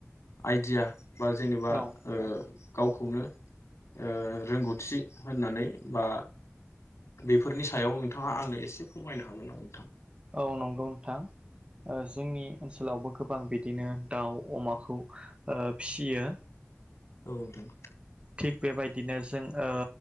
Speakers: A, on the left (about 85°); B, on the right (about 25°).
A: आइडिया बा जेनेबा
B: औ
A: ओ गावखौनो ओ रोंगौथि होननानै बा बेफोरनि सायाव नोंथाङा आंनो एसे फोरमायनो हागोन नामा नोंथां?
B: औ नंगौ नोंथां। ओ जोंनि ओनसोलावबो गोबां बिदिनो दाउ अमाखौ ओ फियो।
A: औ नोंथां।
B: थिग बेबायदिनो जों ओ